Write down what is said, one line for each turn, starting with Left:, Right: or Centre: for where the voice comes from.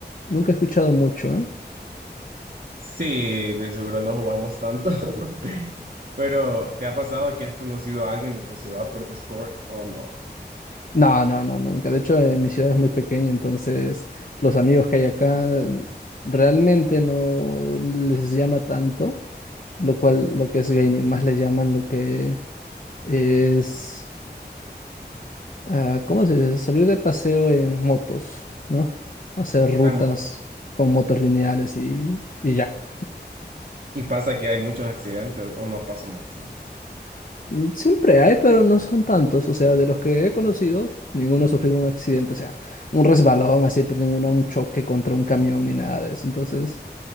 Left: nunca he escuchado mucho, ¿eh?
Right: Sí, de seguro no jugamos tanto. <laughs> Pero, ¿te ha pasado que has conocido a alguien de tu ciudad por Discord o no?
Left: No, no, no, nunca. De hecho, eh, mi ciudad es muy pequeña, entonces los amigos que hay acá mm, realmente no les llama tanto, lo cual lo que es gaming, más le llaman lo que es, ah, ¿cómo se dice? Salir de paseo en motos, ¿no? Hacer rutas
Right: Hay
Left: con motos lineales y, y ya.
Right: Y pasa que hay muchos accidentes, o no pasa mucho.
Left: Mm, Siempre hay, pero no son tantos. O sea, de los que he conocido, ninguno ha sufrido un accidente. O sea, un resbalón así, pero ninguno un choque contra un camión ni nada de eso. Entonces,